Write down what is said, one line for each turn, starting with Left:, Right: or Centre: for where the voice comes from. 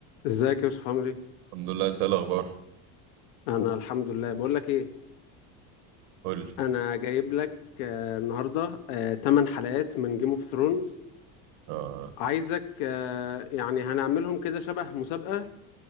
Left: ازيك يا يوسف عامل ايه؟
Right: الحمد لله انت ايه الاخبار
Left: انا الحمد لله بقول لك ايه
Right: قول لي
Left: انا جايب لك آه، النهارده 8 حلقات من جيم اوف ثرونز
Right: اه
Left: عايزك آه، يعني هنعملهم كده شبه مسابقة